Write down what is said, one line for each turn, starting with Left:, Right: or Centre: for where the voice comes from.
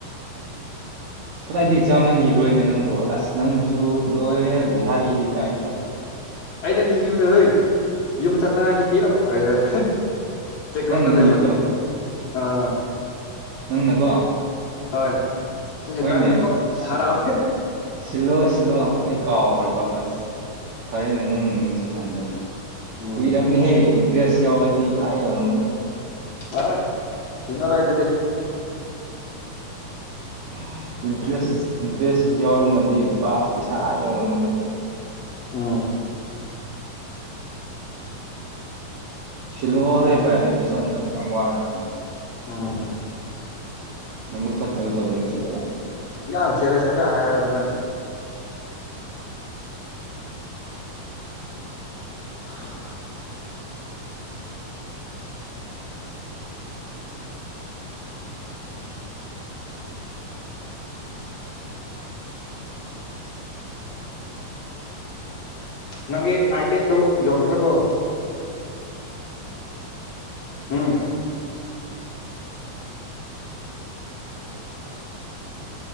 Right: ꯀꯗꯥꯏꯗꯒꯤ ꯆꯥꯃ ꯅꯤꯕ꯭ꯔꯣ ꯑꯩꯅ ꯅꯪꯕꯨ ꯑꯁ ꯅꯪꯁꯨ ꯂꯣꯏꯔꯦ ꯕꯤꯍꯥꯔꯤꯒꯤ ꯇꯥꯏꯞꯇ
Left: ꯅꯪꯒꯤ ꯌꯨꯗꯣ ꯍꯦ ꯌꯨꯝ ꯆꯠꯅꯉꯥꯏꯒꯤ ꯄꯤꯛꯑꯣ ꯀꯥꯏꯔꯛ ꯆꯦꯛꯀꯣꯟꯗ
Right: ꯅꯪꯅ
Left: ꯂꯩꯕ
Right: ꯅꯤꯕꯗꯣ
Left: ꯑꯥ
Right: ꯅꯪꯅꯀꯣ
Left: ꯍꯣꯏ ꯁꯤ
Right: ꯍꯣꯏꯅꯦ
Left: ꯅꯪꯅꯀꯣ
Right: ꯁꯤ
Left: ꯍꯔꯥꯎ
Right: ꯁꯤꯜꯂꯣ ꯁꯤꯜꯂꯣ ꯑꯩ ꯀꯥꯎꯈ꯭ꯔꯕ ꯑꯁ ꯐꯔꯦꯅꯦ ꯅꯪꯅ ꯅꯤꯡꯁꯤꯡꯍꯟꯗꯅ
Left: ꯎꯝ
Right: ꯀꯨꯏꯔꯕꯅꯤꯍꯦ ꯗ꯭ꯔꯦꯁ ꯌꯥꯎꯔꯗꯤ ꯑꯥ ꯌꯧꯔꯝꯃꯅꯤ
Left: ꯑ ꯁꯤꯡꯉꯔꯣꯢ ꯑꯗꯨꯗꯤ
Right: <inaudible> ꯏꯟꯇꯔꯦꯁ ꯏꯟꯇꯔꯦꯁ ꯌꯥꯎꯔꯝꯒ ꯗꯤ ꯂꯨꯄꯥ ꯄꯩꯁꯥ ꯑꯥ ꯌꯧꯔꯃꯅꯤ ꯑꯗ
Left: ꯎꯝ
Right: ꯁꯤꯂꯣ ꯍꯦ ꯄꯔ ꯑꯩ ꯄꯩꯁꯥ ꯍꯟꯇꯛ ꯌꯥꯝ ꯋꯥꯔꯦ
Left: ꯎꯝ
Right: ꯅꯕꯨꯛ ꯐꯠꯇꯕ ꯇꯧꯒꯅꯨ ꯁꯤꯜꯂꯛꯑꯣ
Left: ꯌꯥꯝ ꯁꯦꯔꯦꯁ ꯐꯖ ꯍꯥꯏꯌꯣꯔꯗꯅ <inaudible> ꯅꯪꯒꯤ ꯑꯩꯥꯏ ꯄꯦꯠ ꯇꯨ ꯌꯣꯟꯈ꯭ꯔꯔꯕꯣ ꯎꯝ